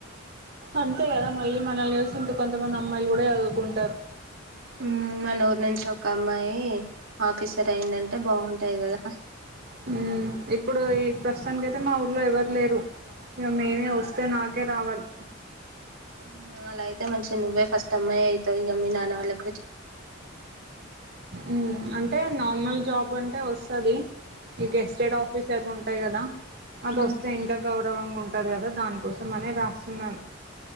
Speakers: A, on the right (about 50°); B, on the right (about 80°).
A: అంతే కదా మళ్ళీ మనల్ని చూసి ఇంక కొంతమంది అమ్మాయిలు కూడా చదువుకుంటారు
B: హ్మ్ మన ఊరు నుంచి ఒక అమ్మాయి ఆఫీసర్ అయిందంటే బాగుంటాది కదా
A: హ్మ్ ఇప్పుడు ఈ ప్రస్తుతానికై తే మాఊర్లో ఎవరు లేరు ఇగ మేమే వస్తే నాకే రావాలి
B: మ్మ్ అలా అయితే మంచిది నువ్వే ఫస్ట్ అమ్మాయి అయితావ్ ఇగ మీ నాన్న వల్ల కు
A: హ్మ్ అంటే నార్మల్ జాబ్ అం టే వసాది ఈ గెస్టెడ్ ఆఫీస్ అవి ఉంటాయి కదా అదోస్తే
B: మ్మ్
A: ఇంకా గౌరవంగా ఉంటది కదా దానికోసమనే రాస్తున్నాను